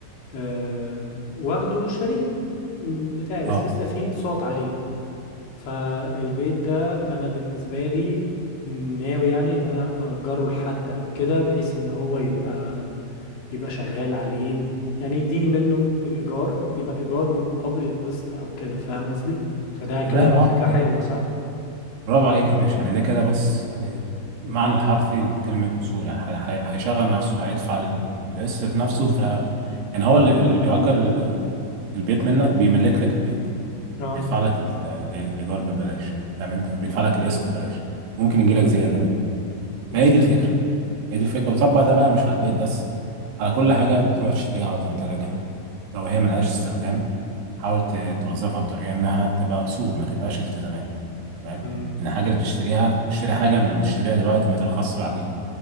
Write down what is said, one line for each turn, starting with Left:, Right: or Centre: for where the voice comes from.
Left: آه واخده شريك بتاعي بس
Right: اه
Left: لسه في اقساط عليه فالبيت ده انا بالنسبه لي ناوي يعني ان انا اجره لحد او كده بحيث ان هو يبقى يبقى شغال عليه و... يعني يديني منه الايجار يبقى الايجار مقابل القسط او كده فاهم قصدي فده كده
Right: تمام اه
Left: فكره حلوه صح
Right: برافو عليك يا باشا يعني ده كده بس يعني معنى الحرفي لكلمة أصول يعني هي- هي- هيشغل نفسه هيدفع ال- القسط بنفسه في يعني هو اللي اللي بيأجر ال- البيت منك بيملك لك البيت
Left: اه
Right: بيدفع لك ال- ال- الإيجار ببلاش فاهم أنت بيدفع لك القسط ببلاش ممكن يجي لك زيادة منه
Left: بالظبط
Right: فهي دي الفكرة هي دي الفكرة وطبق ده بقى مش على البيت بس على كل حاجة بتروح تشتريها أو تمتلكها لو هي ملهاش استخدام حاول ت- توظفها بطريقة إنها تبقى أصول ما تبقاش التزامات تمام
Left: أمم،
Right: إن الحاجة اللي بتشتريها اشتري حاجة من لما تشتريها دلوقتي ما ترخصش بعدين